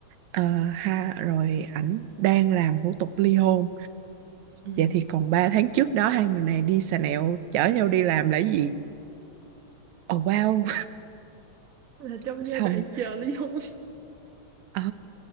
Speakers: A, on the right; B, on the right.
A: ờ, ha rồi ảnh đang làm thủ tục ly hôn
B: ừ
A: vậy thì còn 3 tháng trước đó hai người này đi xà nẹo chở nhau đi làm là gì oh wow
B: là trong
A: <laughs> xong
B: giai đoạn chờ ly hôn
A: ờ